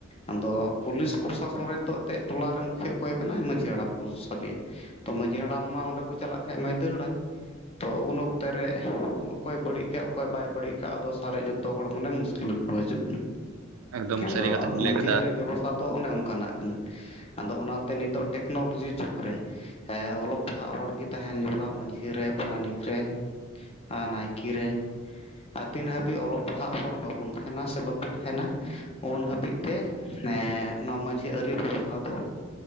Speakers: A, on the left; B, on the right.
A: ᱟᱫᱚ ᱯᱩᱞᱤᱥ ᱯᱨᱚᱥᱟᱥᱚᱱ ᱨᱮᱱ ᱫᱚ ᱮᱱᱛᱮᱫ ᱴᱚᱟᱨᱮ ᱢᱩᱠᱷᱤᱭᱟᱹ ᱚᱠᱚᱭ ᱠᱟᱱᱟᱭ ᱢᱟᱺᱡᱷᱤ ᱦᱟᱲᱟᱢ ᱠᱚ ᱥᱟᱰᱮᱭᱟ᱾ ᱛᱚ ᱢᱟᱺᱡᱷᱤ ᱦᱟᱲᱟᱢ ᱢᱟ ᱚᱸᱰᱮ ᱠᱚ ᱪᱟᱞᱟᱜ ᱠᱷᱟᱡ ᱢᱟᱹᱭ ᱫᱟᱹᱲᱟᱭ᱾ ᱛᱚ ᱩᱱ ᱚᱠᱛᱮ ᱨᱮ ᱚᱠᱚᱭ ᱵᱟᱹᱲᱤᱡ ᱠᱟᱫ ᱚᱠᱚᱭ ᱵᱟᱭ ᱵᱟᱹᱲᱤᱡ ᱠᱟᱜ ᱟᱫᱚ ᱥᱟᱦᱟᱨᱮ ᱡᱚᱛᱚ ᱦᱚᱲ ᱢᱟᱱᱮ ᱢᱩᱥᱠᱤᱞ ᱨᱮᱠᱚ ᱦᱤᱡᱩᱜ
B: ᱮᱠᱫᱚᱢ
A: ᱠᱟᱱᱟ᱾ ᱟᱫᱚ
B: ᱥᱟᱹᱨᱤ ᱠᱟᱛᱷᱟ ᱵᱮᱱ
A: ᱢᱟᱺᱡᱷᱤ
B: ᱞᱟᱹᱭ ᱠᱮᱫᱟ
A: ᱟᱹᱨᱤ ᱵᱮᱵᱚᱥᱛᱷᱟ ᱫᱚ ᱚᱱᱮ ᱚᱱᱠᱟᱱᱟᱜ ᱠᱟᱱᱟ᱾ ᱟᱫᱚ ᱚᱱᱟᱛᱮ ᱱᱤᱛᱚᱜ ᱴᱮᱠᱱᱳᱞᱚᱡᱤ ᱡᱩᱜᱽ ᱨᱮ ᱦᱮ ᱚᱞᱚᱜ ᱯᱟᱲᱦᱟᱜ ᱦᱚᱲᱜᱮ ᱛᱟᱦᱮᱱ ᱡᱚᱯᱲᱟᱣ ᱢᱟᱺᱡᱷᱤ ᱨᱮ, ᱯᱟᱨᱟᱱᱤᱠ ᱨᱮ᱾ ᱟᱨ ᱱᱟᱭᱠᱮ ᱨᱮ᱾ ᱟᱨ ᱛᱤᱱ ᱦᱟᱹᱵᱤᱡ ᱚᱞᱚᱜ ᱯᱟᱲᱦᱟᱜ ᱦᱚᱲ ᱵᱟᱵᱩᱱ ᱛᱟᱦᱮᱱᱟ ᱥᱮ ᱵᱟᱠᱚ ᱛᱟᱦᱮᱱᱟ᱾ ᱩᱱ ᱦᱟᱹᱵᱤᱡ ᱛᱮ ᱱᱮ ᱱᱚᱣᱟ ᱢᱟᱺᱡᱷᱤ ᱟᱹᱨᱤ ᱵᱮᱵᱚᱥᱛᱷᱟ ᱫᱚ